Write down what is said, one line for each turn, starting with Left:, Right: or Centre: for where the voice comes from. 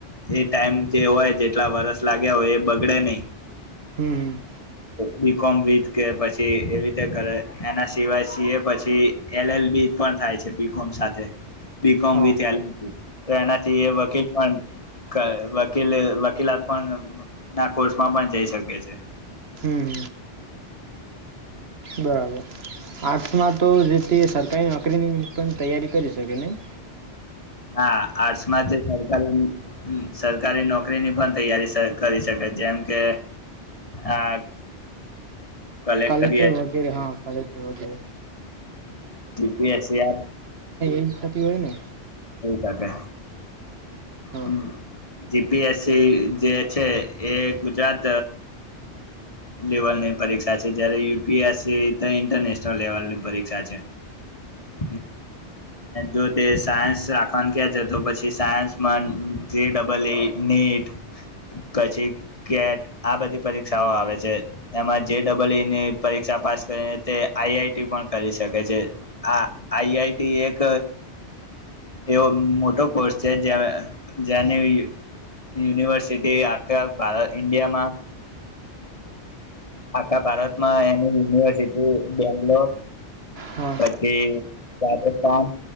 Left: એ ટાઈમ જે હોય જેટલા વરસ લાગ્યા હોય એ બગડે નહી
Right: હમ હમ
Left: બી કોમ વિથ કે પછી એવી રીતે કરે એના સિવાય સી એ પછી એલ એલ બી પણ થાય છે બીકોમ સાથે બીકોમ
Right: હા
Left: વિથ એલલ તો એનાથી એ વકીલ પણ વકીલ વકીલાત પણ ના કોર્સમાં પણ જઈ શકે છે
Right: હમ બરાબર આર્ટ્સમાં તો જેતે સરકારી નોકરીની પણ તૈયારી કરી શકે નહી
Left: હા આર્ટ્સમાં જે સરકારી સરકારી નોકરીની પણ તૈયારી કરી શકે જેમ કે આ કલેક્ટર
Right: કલેચર વગેરે હા ફરેટ વગરે
Left: સીપીએસ કરી
Right: એજ થતી હોય ને
Left: શકે
Right: હા
Left: હમ જીપીએસસી જે છે એ ગુજરાત લેવલની પરીક્ષા છે જયારે યુપીએસસી તો ઈન્ટરનેશનલ લેવલની પરીક્ષા છે હમ જો તે સાયન્સ રાખવાનું કે છે તો પછી સાયન્સમાં જે ડબલ ઈ નીટ પછી કેટ આ બધી પરીક્ષાઓ આવે છે એમાં જે ડબલ ઈ ની પરીક્ષા પાસ કરીને તે આઈઆઈટી પણ કરી શકે છે આ આઈઆઈ એક એવો મોટો કોર્સ છે જેની યુનિવર્સિટી આખા ભારત ઇન્ડિયામાં આખા ભારતમાં એની યુનિવર્સિટી બેંગ્લોર
Right: હા
Left: પછી રાજસ્થાન